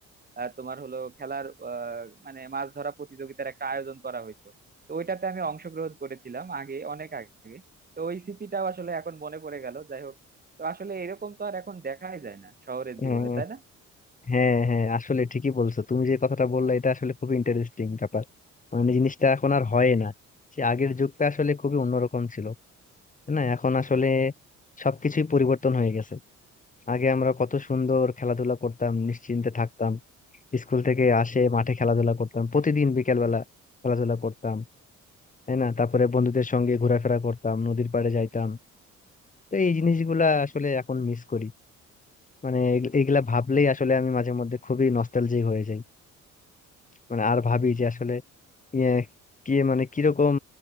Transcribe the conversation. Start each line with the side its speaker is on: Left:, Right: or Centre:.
Right: আহ, তোমার হলো খেলার আহ, মানে মাছ ধরা প্রতিযোগিতার একটা আয়োজন করা হইতো তো ওইটাতে আমি অংশগ্রহণ করেছিলাম আগে অনেক আগে তো ওই স্মৃতিটাও আসলে এখন মনে পড়ে গেল যাই হোক তো আসলে এরকম তো আর এখন দেখাই যায় না শহরের
Left: <laughs>
Right: জীবনে তাই না
Left: হ্যাঁ হ্যাঁ আসলে ঠিকই বলছো তুমি যে কথাটা বললে এটা আসলে খুবই ইন্টারেস্টিং ব্যাপার মানে জিনিসটা এখন আর হয় না সে আগের যুগটা আসলে খুবই অন্যরকম ছিল তাই না এখন আসলে সবকিছুই পরিবর্তন হয়ে গেছে আগে আমরা কত সুন্দর খেলাধুলা করতাম নিশ্চিন্তে থাকতাম স্কুল থেকে আসে মাঠে খেলাধুলা করতাম প্রতিদিন বিকেল বেলা খেলাধুলা করতাম তাই না তারপরে বন্ধুদের সঙ্গে ঘোরাফেরা করতাম নদীর পাড়ে যাইতাম তো এই জিনিসগুলা আসলে এখন মিস করি মানে এগ- এগুলা ভাবলেই আসলে আমি মাঝে মধ্যে খুবই নস্টালজিক হয়ে যাই মানে আর ভাবি যে আসলে ইয়ে কি মানে কিরকম